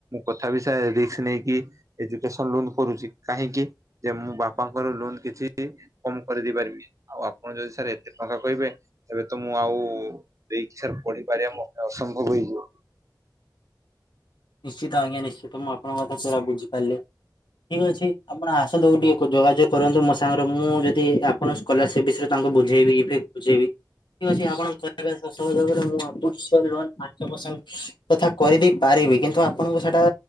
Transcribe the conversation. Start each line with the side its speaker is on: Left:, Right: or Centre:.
Right: କଥା ବି ସ ରିକ୍ସ ନେଇକି ଏଜୁକେସନ ଲୋନ୍ କରୁଛି କାହିଁକି? ଯେ ମୁଁ ବାପାଙ୍କର ଲୋନ କିଛି କମ କରିଦେଇ ପାରିବି ଆଉ ଆପଣ ଯଦି ସାର୍ ଏତେ ଟଙ୍କା କହିବେ? ଏବେ ତ ମୁଁ ଆଉ ଦେଇକି ସାର୍ ପଢିପାରିବା ମୋ ପାଇଁ ଅସମ୍ଭବ ହେଇଯିବ।
Left: ନିଶ୍ଚିତ ଆଜ୍ଞା ନିଶ୍ଚିତ ମୁଁ ଆପଣଙ୍କ କଥା ପୁରା ବୁଝିପାରିଲି। ଠି୍କ ଅଛି ଆପଣ ଆସନ୍ତୁ ଟିକେ ଯୋଗାଯୋଗ କରନ୍ତୁ ମୋ ସାଙ୍ଗରେ ମୁଁ ଯଦି ଆପଣଙ୍କ ସ୍କଲାରସିପ୍ ବିଷୟରେ ତାଙ୍କୁ ବୁଝେଇବି ବୁଝେଇବି ଠିକ୍ ଅଛି ଆପଣ ସହ ମୁ ସ ତଥା କରିଦେଇ ପାରିବି କିନ୍ତୁ ତ ଆପଣଙ୍କୁ ସେଟା